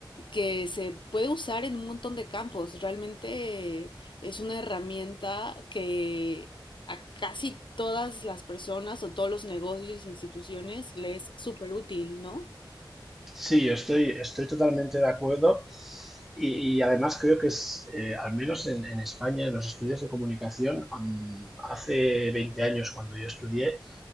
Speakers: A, on the left (about 70°); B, in the centre.
A: que se puede usar en un montón de campos. Realmente es una herramienta que a casi todas las personas o todos los negocios e instituciones les es súper útil, ¿no?
B: Sí, yo estoy, estoy totalmente de acuerdo. Y, y además creo que es, eh, al menos en, en España, en los estudios de comunicación, mm, hace 20 años cuando yo estudié,